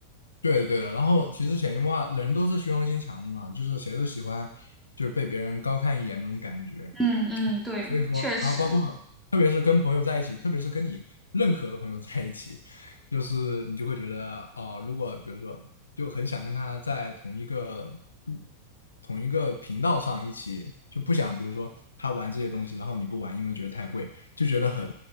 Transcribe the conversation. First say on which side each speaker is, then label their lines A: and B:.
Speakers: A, on the left; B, in the centre.
A: 对的对的。然后其实潜移默化，人都是虚荣心强的嘛，就是谁都喜欢就是被别人高看一眼那种感觉。
B: 嗯嗯，对，
A: 所以说，
B: 确实，
A: 然后包括特别是跟朋友在一起，特别是跟你认可的朋友在一起，就是你就会觉得啊、如果比如说就很想跟他在同一个同一个频道上一起，就不想比如说他玩这些东西，然后你不玩，因为觉得太贵，就觉得很